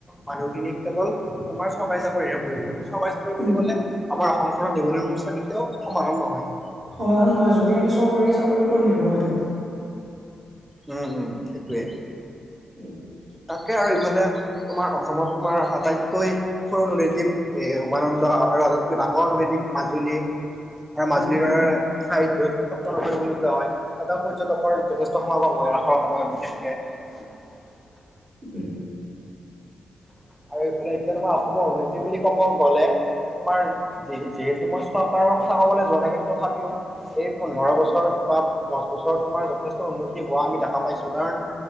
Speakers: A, in the centre; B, on the right.
A: মানুহ ইনিক কেৱল তোমাৰ চৰকাৰী চাকৰি পৰি কিন্তু চৰকাৰী চাকৰি বুলি
B: উম
A: কলে আমাৰ অসম নিবনুৱা সমস্যা কেতিয়াও সমাধান নহয়।
B: সমাধান নহয় যদি আমি চৰকাৰী চাকৰিৰ ওৰত নিৰ্ভৰ হৈ থাকো।
A: উম উম সেইটোৱে
B: উম
A: তাকে আৰু ইফালে তোমাৰ অসমত তোমাৰ আটাইতকৈ সৰুণ নীতি <unintelligible> এ উমানন্দ আৰু আটাইতকৈ ডাঙৰ নদীদ্বীপ মাজুলী আৰু মাজুলীৰ
B: উম
A: দাৰ
B: উম
A: সাহিত্যত সত্ৰ নগৰী বুলি কোৱা হয় তাত পৰ্যটকৰ যথেষ্ট সমাগম হয় ৰাসৰ সময়ত বিশেষকে <unintelligible>
B: উম
A: আৰু এইফালে এতিয়া তোমাৰ অসমৰ উন্নতি বুলি কব গ'লে। তোমাৰ যি যিহেতু মই চৰকাৰৰ কথা কবলৈ যোৱা নাই কিন্তু তথাপিও এই পোন্ধৰ বছৰত বা দছ বছৰত তোমাৰ যথেষ্ট উন্নতি হোৱা আমি দেখা পাইছো। কাৰণ